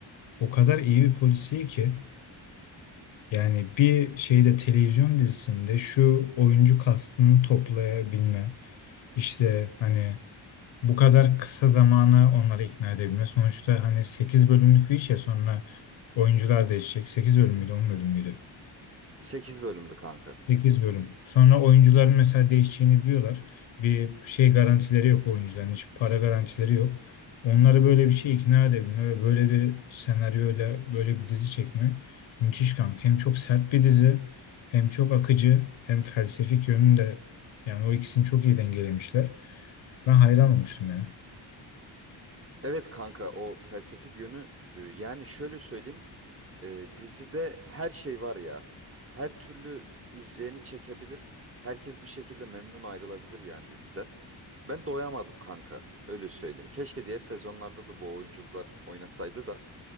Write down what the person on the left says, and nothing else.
o kadar iyi bir polisiye ki yani bir şeyde televizyon dizisinde şu oyuncu kastını toplayabilme işte hani bu kadar kısa zamana onları ikna edebilme. Sonuçta hani 8 bölümlük bir iş ya sonra oyuncular değişecek. sekiz bölüm müydü 10 bölüm müydü?
sekiz bölüm. Sonra oyuncuların mesela değişeceğini biliyorlar. Bir şey garantileri yok oyuncuların. Hiç para garantileri yok. Onları böyle bir şey ikna edebilme ve böyle bir senaryoyla böyle bir dizi çekme müthiş kanka. Hem çok sert bir dizi hem çok akıcı hem felsefik yönünde yani o ikisini çok iyi dengelemişler. Ben hayran olmuştum ya.